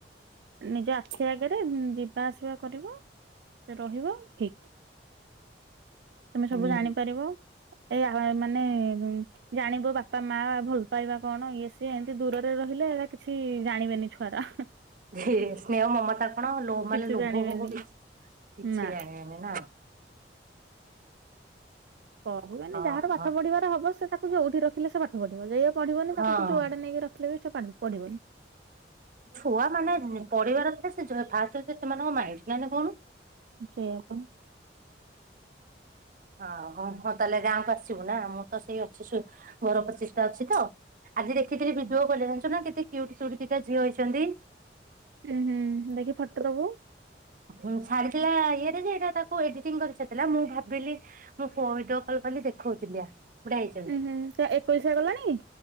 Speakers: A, on the right; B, on the right.
A: ନିଜ ଆଖି ଆଗ ସେଇରେ ଯିବା ଆସିବା କରିବ, ରହିବ ଠିକ୍। ତମେ
B: ହୁଁ।
A: ସବୁ ଜାଣିପାରିବ, ଏଇଆ ମାନେ ଜାଣିବୁ ବାପା ମାଆ ଭଲ ପାଇବା କଣ ଇଏ ସିଏ, ଏମିତି ଦୂରରେ ରହିଲେ ହେଇରା କିଛି ଜାଣିବେନି ଛୁଆରା।
B: ହେ ସ୍ନେହ ମମତା କଣ ଲୋ ମାନେ
A: କିଛି
B: ଲୋଭ
A: ଜାଣିବେନି
B: ଫୋଭ କିଛି କିଛି
A: ନା।
B: ଜାଣିବେନି ନା?
A: କହିବେନି,
B: ହଁ
A: ଯାହାର ପାଠ
B: ହଁ
A: ପଢିବାର ହବ ସେ ତାକୁ ଯୋଉଠି ରଖିଲେ ସେ ପାଠ ପଢିବ। ଯାଇ ଏ ପଢିବନି,
B: ହଁ।
A: ତାକୁ ତୁ ଯୋଉଆଡ଼େ ନେଇକି ରଖିଲେ ବି ସେ ପାଠ ପଢ଼ିବନି।
B: ଛୁଆମାନେ ପଢିବାର ଥିଲେ ସେ ଯୋଉ ଫାଷ୍ଟ ହେଉଛି ସେମାନଙ୍କ ମାଇଁଣ୍ଡ୍। ନାଇଁ ନା କହୁନୁ?
A: ସେୟା ପାଇଁ
B: ହଁ, ହଁ ହଉ ହଁ ତାହେଲେ ଗାଁକୁ ଆସିବୁ ନା। ମୁଁ ତ ସେଇ ଅଛି ସୋ ଘର ପ୍ରତିଷ୍ଠା ଅଛି ତ ଆଜି ଦେଖିଥିଲି ଭିଡିଓ କଲିଙ୍ଗରେ, ଜାଣିଛୁ ନା କେତେ କ୍ୟୁଟି କ୍ୟୁଟି ଦିଟା ଝିଅ ହେଇଛନ୍ତି?
A: ଉଁ ହୁଁ। ଦେଖି ଫଟୋ ଦବୁ।
B: ହୁଁ ଛାଡିଥିଲା ଇଏରେ ଯେ ଏଇଟା ତାକୁ ଏଡିଟିଂ କରି ଛାଡ଼ିଥିଲା। ମୁଁ ଭାବିଲି ମୁଁ ଫଏଟ୍ ଅପେଲ୍‌ କଲି ଆଉ ଦେଖଉଥିଲି ଆ। ବୁଢା ହେଇଛନ୍ତି
A: ଉଁ ହୁଁ। ତା ଏକୋଇଶିଆ ଗଲାଣି?